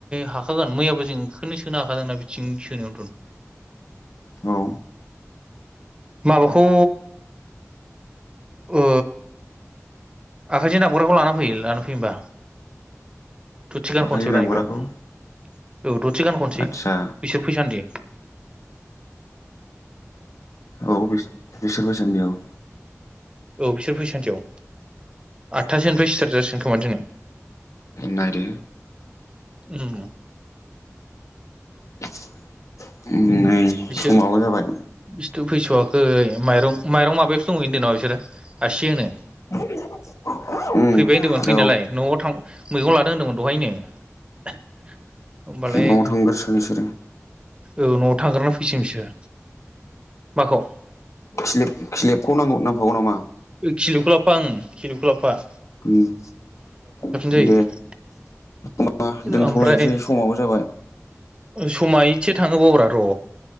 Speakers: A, on the right; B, on the left.
A: हाखागोन मैयाबो जों बेखौनो सोनो हाखादोंना बिथिं सोनायावथ'
B: औ
A: माबाखौ ओ आखायजों दामग्राखौ लाना फै लाना फैयो बा। दसे गान
B: आखाइजों दामग्राखौ
A: <unintelligible> औथ' दसे गान खनसै
B: आदसा
A: बिसोर फैसानदि।
B: औ बिस-बिसोर बैसानिआव
A: औ बिसोर फैसान्दियाव आटथासोनिफ्राय स्टार्ट जासिग खोमा दिनै
B: नायदो
A: उम
B: <inaudible> नै
A: बिसोर
B: समाबो जाबाय
A: बिसोथ' फैथ'वाखै माइरं माइरं माबायावस दंहै होन्दो नामा बिसोरो आसि होनो
B: <unintelligible> उम
A: फैबाय होन्दोंमोन फैनायालाय
B: औ
A: न'आव थां मैगं लादों होनदोंमोन दहायनो। होमबालाय
B: न' थांगासिगोन बिसोरो।
A: औ न'आव थांग्रोना फैसिगोन बिसोरो। माखौ
B: खिलिब खिलिबखौ नांगौ नां गौ नामा?
A: ओम खिलिबखौ लाबफा ओम खिलिबखौ लाबफा
B: ओम
A: जायो
B: दे ना दोनथ'लायनोसै
A: ओमफ्राय
B: समाबो जाबाय।
A: समा एसे थांहोबावब्रा र'